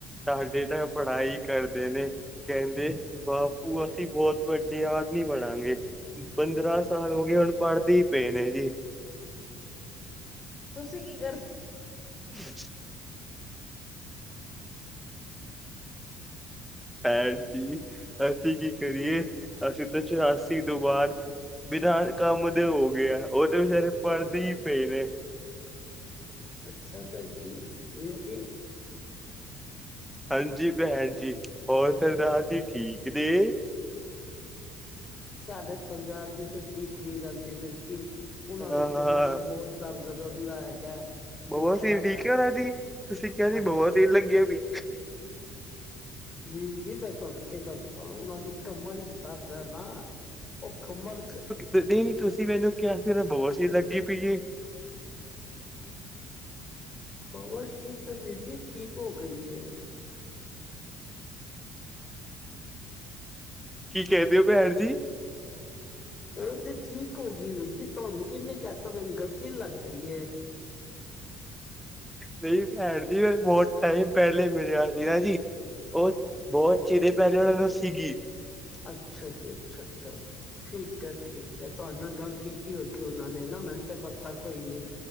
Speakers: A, in the centre; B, on the left.
A: ਸਾਡੇ ਤਾਂ ਪੜ੍ਹਾਈ ਕਰਦੇ ਨੇ। ਕਹਿੰਦੇ, ਬਾਪੂ ਅਸੀ ਬੋਹਤ ਵੱਡੇ ਆਦਮੀ ਬਣਾਂਗੇ। ਪੰਦਰਾਂ ਸਾਲ ਹੋਗੇ, ਹੁਣ ਪੜ੍ਹਦੇ ਈ ਪਏ ਨੇ ਜੀ।
B: ਤੁਸੀਂ ਕੀ ਕਰ
A: <inaudible> ਭੈਣ ਜੀ, ਅਸੀਂ ਕੀ ਕਰੀਏ? ਅਸੀਂ ਤਾਂ ਚੁਰਾਸੀ ਤੋਂ ਬਾਅਦ ਬਿਨਾ ਕੰਮ ਦੇ ਹੋਗੇ ਆ, ਉਹ ਤੇ ਵਿਚਾਰੇ ਪੜ੍ਹਦੇ ਈ ਪਏ ਨੇ।
B: ਅੱਛਾ ਭੈਨ ਜੀ, ਵੀਰ ਜੀ
A: ਹਾਂਜੀ ਭੈਣ ਜੀ, ਹੋਰ ਸਰਦਾਰ ਜੀ ਠੀਕ ਨੇ?
B: ਸਾਡੇ ਸਰਦਾਰ ਜੀ ਤਾਂ ਠੀਕ ਨੀ ਰਹਿੰਦੇ ਵੀਰ ਜੀ, ਉਨਾਂ
A: ਹਾਂ
B: ਦੇ
A: ਹਾਂ
B: ਕਮਰ'ਚ ਬਹੁਤ ਦਰਦ ਰਹਿੰਦਾ ਹੈਗਾ।
A: ਬਵਾਸੀਰ
B: ਕੀ ਕਰਾਂ
A: ਠੀਕ
B: ਮੈਂ
A: ਐ ਓਨਾ ਦੀ, ਤੁਸੀਂ ਕਿਹਾ ਸੀ
B: ਹਾਂ
A: ਬਵਾਸੀਰ ਲੱਗਿਆ ਵੀ।
B: ਵੀਰ ਜੀ ਮੈਂ ਤੁਹਾਨੂੰ ਕੀ ਦੱਸਾ, ਉਹਨਾਂ ਦੀ ਕਮਰ ਈਚ ਦਰਦ ਐ ਨਾ, ਓਹ ਕਮਰ ਕ
A: ਨਹੀਂ-ਨਹੀਂ, ਤੁਸੀਂ ਮੈਨੂੰ ਕਿਹਾ ਸੀ ਬਵਾਸੀਰ ਲੱਗੀ ਪਈ ਏ।
B: ਬਵਾਸੀਰ ਤਾ ਵੀਰ ਜੀ, ਠੀਕ ਹੋ ਗਈ ਏ।
A: ਕੀ ਕਹਿੰਦੇ ਓ, ਭੈਣ ਜੀ?
B: ਉਹ ਤੇ ਠੀਕ ਹੋਗੀ ਏ ਵੀਰ ਜੀ, ਤੁਹਾਨੂੰ ਕਿੰਨੇ ਕਹਿਤਾ ਤੁਹਾਨੂੰ ਗਲਤੀ ਲੱਗ ਗਈ ਏ।
A: ਨਹੀਂ ਭੈਣ ਜੀ, ਏ ਬੋਤ ਟਾਈਮ ਪਹਿਲੇ ਮਿਲਿਆ ਸੀ ਨਾਜੀ,, ਓ ਬਹੁਤ ਚਿਰੇ ਪਹਿਲੇ ਓਹਨਾ ਨੂੰ ਸੀਗੀ।
B: ਅੱਛਾ ਜੀ, ਅੱਛਾ-ਅੱਛਾ। ਠੀਕ ਐ, ਠੀਕ ਐ, ਤੁਹਾਡੇ ਨਾਲ ਗੱਲ ਕੀਤੀ ਹੋਏਗੀ ਉਹਨਾਂ ਨੇ ਨਾ, ਮੈਨੂੰ ਤੇ ਪਤਾ ਕੋਈ ਨੀ।